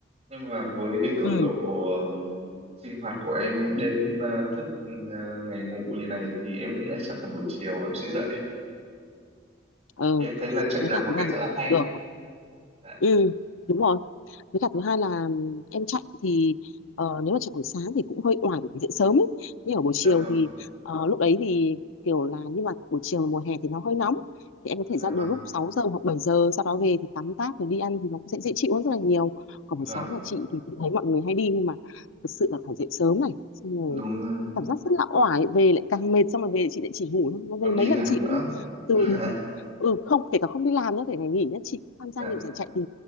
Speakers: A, on the right; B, on the left.
A: Nhưng mà với cái cường
B: ừ
A: độ ờ, sinh hoạt của em đêm à, thức ừ, à, ngày ngủ như này thì em nghĩ là chắc là buổi chiều em sẽ dậy.
B: ừ
A: Thì em thấy là chạy
B: với
A: là
B: cả
A: một
B: chúng
A: cái
B: ta
A: rất là hay.
B: được
A: Dạ,
B: ừ đúng rồi với cả thứ hai là em chạy thì ờ, nếu mà chạy buổi sáng thì cũng hơi oải bởi vì dậy sớm ấy nhưng ở buổi
A: dạ
B: chiều
A: vâng,
B: thì ờ, lúc đấy thì kiểu là nhưng mà buổi chiều mùa hè thì nó hơi nóng thì em có thể
A: dạ
B: ra
A: vâng,
B: đường lúc 6 giờ hoặc bảy giờ sau đó về thì tắm táp rồi đi ăn thì nó cũng sẽ dễ chịu hơn rất là nhiều còn
A: vâng.
B: buổi sáng mà chị thì, thì thấy mọi người hay đi nhưng mà thực sự là phải dậy sớm này xong rồi
A: đúng rồi
B: cảm giác rất là oải về lại càng mệt xong rồi về chị lại chỉ ngủ thôi Mà
A: còn
B: về mấy
A: đi làm
B: lần chị
A: nữa
B: cũng từ
A: <laughs>
B: <laughs> ừ không kể cả không đi làm nữa kể cả nghỉ nhá chị cũng tham gia
A: dạ.
B: nhiều giải chạy thì